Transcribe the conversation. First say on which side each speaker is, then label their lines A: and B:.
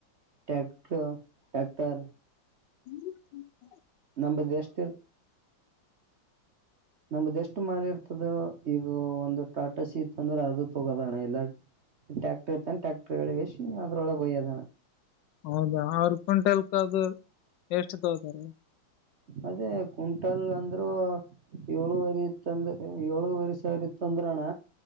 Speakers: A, on the right (about 55°); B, on the left (about 75°).
A: ಟ್ಯಾಕ್ಟರ್- ಟ್ಯಾಕ್ಟರ್
B: ಹ್ಮ್್ಮ <unintelligible>
A: ನಂಬ್ದ ಎಷ್ಟ ಇರ್ ನಮ್ದ ಎಷ್ಟು ಮಾಲಿ ಇರ್ತದ ಈಗ ಒಂದು ಟಾಟಾ ಶೀತ ಅಂದ್ರೆ ಅದು ತಗೋದಣ ಇಲ್ಲ ಟ್ಯಾಕ್ಟರ್ ಇರ್ತಂದ ಟ್ಯಾಕ್ಟರ್ ಒಳಗೆ ಸಿ ಅದ್ರೊಳಗೆ ಒಯ್ಯೋದಣ
B: ಹೌದಾ ಆರು ಕ್ವಿಂಟಲ್ಕ್ ಅದು ಎಷ್ಟು ತಗತಾರ
A: ಅದೇ ಕುಂಟಲ್ಲ್ ಅಂದ್ರೂ ಏಳುವರಿ ಇತ್ತಂದ ಏಳುವರಿ ಸಾವಿರ ಇತ್ತು ಅಂದ್ರಣ್ಣ